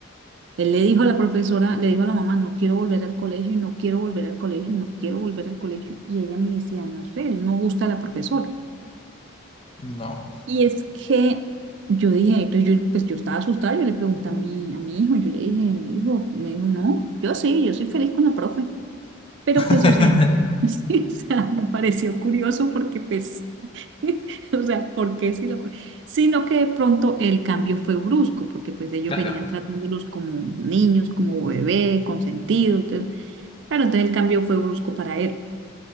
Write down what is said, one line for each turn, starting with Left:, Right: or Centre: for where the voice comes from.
Right: él le dijo a la profesora, le dijo a la mamá, no quiero volver al colegio y no quiero volver al colegio y no quiero volver al colegio y ella me decía, no sé, él no gusta a la profesora.
Left: No,
Right: Y es que yo dije, pues yo, pues yo estaba asustada, yo le pregunté a mi, a mi hijo, yo le dije, hijo, me dijo, no, yo sí, yo soy feliz con la profe. Pero
Left: <laughs>
Right: pues, o sea, <laughs> sí, o sea, me pareció curioso porque pues, <laughs> o sea, ¿por qué si la profe? Sino que de pronto el cambio fue brusco, porque pues ellos
Left: claro.
Right: venían tratándolos como niños, como bebé, consentido, entonces, claro, entonces el cambio fue brusco para él.